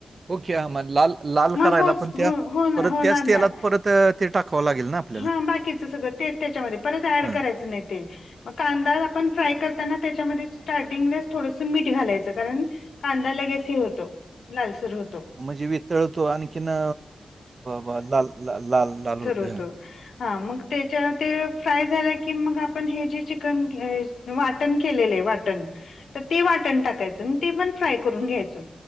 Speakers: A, on the right; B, on the left.
A: ओके ह म लाल लाल करायला
B: होत
A: पण
B: हो
A: त्या
B: हो
A: परत
B: होणार
A: त्याच
B: ना
A: तेलात परत ते टाकावं लागेल ना. आपल्याला?
B: हा बाकीच सगळं तेच त्याच्यामध्ये परत ऍड
A: हां.
B: करायचं नाही तेल. मग कांदा आपण फ्राय करताना त्याच्यामध्ये स्टार्टिंगला. थोडस मीठ घालायचं कारण कांदा लगेच हे होतो लालसूर होतो.
A: म्हणजे वितळतो आणखीन अ व लाल लाल लाल होत.
B: त हा मग त्याच्या ते फ्राय झालं की मग आपण हे जे चिकन अ वाटण केलेलंये वाटण तर ते वाटण टाकायचं आणि ते पण फ्राय करून घ्यायचं